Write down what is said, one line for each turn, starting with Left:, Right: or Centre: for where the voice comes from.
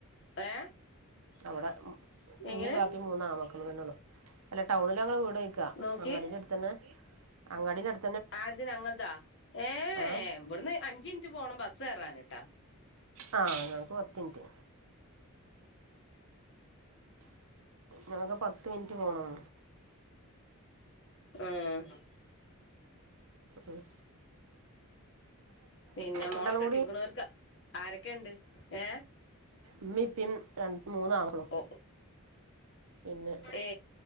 Left: ഏ
Right: അവിടെ ഉമ്മീ
Left: എങ്ങനെ
Right: ബാപ്പി മൂന്നാമക്കളും തന്നെള്ളു അല്ല ടൗണിലങ്ങടെ വ് ടൊയ്ക്കാ
Left: നോക്കി
Right: അങ്ങാടിടെ അട്ത്തന്നെ അങ്ങാടിടട്
Left: ആര്ത് ഞങ്ങൾതൊ ഏഹ്
Right: ആ
Left: ഇവിടുന്ന് അഞ്ചിൻറ്റ് പോണം ബസ് കേറാനിട്ട
Right: ആ ഞങ്ങൾക്ക് പത്ത് മിനിറ്റ് ഞങ്ങക്ക് പത്ത് മിൻറ്റ് പോണം
Left: മ്മ്
Right: ഉം
Left: പിന്നെ മോള
Right: രണ്ടാളും
Left: കെട്ടിങ്ങണോർക്ക്
Right: കൂടി
Left: ആരൊക്കെയുണ്ട് ഏ
Right: ഉമ്മിപ്പിം രണ്ട് മൂന്നാ ആണ് കളും
Left: ഓ
Right: പിന്നെ
Left: ഏ